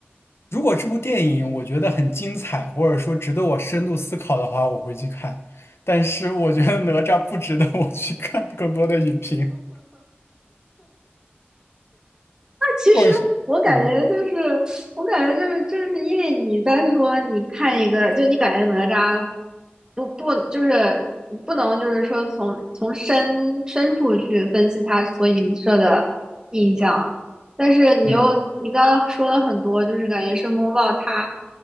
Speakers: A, on the left; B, on the right.
A: 如果这部电影我觉得很精彩，或者说值得我深度思考的话，我会去看。但是我觉得哪吒不值得我去看更多的影评，
B: 其实我感觉就是，
A: 或者是，嗯
B: 我感觉就是，就是因为你在说，你看一个，就你感觉哪吒不不就是不能就是说从从深深处去分析他所影射的印象，但是你又你刚刚说了很多，
A: 嗯，
B: 就是感觉申公豹他